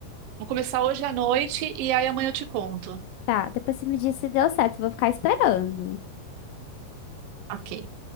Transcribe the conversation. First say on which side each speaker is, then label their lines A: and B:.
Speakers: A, on the right; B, on the left.
A: vou começar hoje à noite e aí amanhã eu te conto.
B: Tá, depois você me diz se deu certo. Eu Vou ficar esperando.
A: Ok.